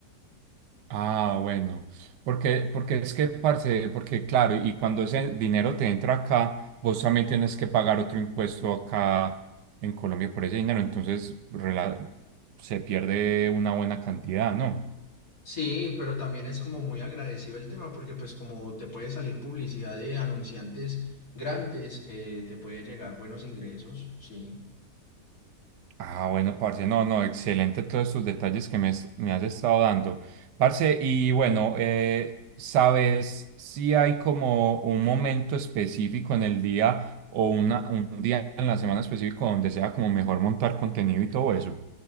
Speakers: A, on the right; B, on the left.
A: Ah, bueno, porque, porque es que, parce, porque claro, y cuando ese dinero te entra acá, vos también tienes que pagar otro impuesto acá en Colombia por ese dinero, entonces rela- se pierde una buena cantidad, ¿no?
B: Sí, pero también es como muy agradecido el tema porque pues como te puede salir publicidad de anunciantes grandes, eh, te puede llegar buenos ingresos, sí.
A: Ah, bueno, parce, no, no, excelente todos estos detalles que me, es- me has estado dando. Parce, y bueno, eh, ¿sabes si hay como un momento específico en el día o una, un día en la semana específico donde sea como mejor montar contenido y todo eso?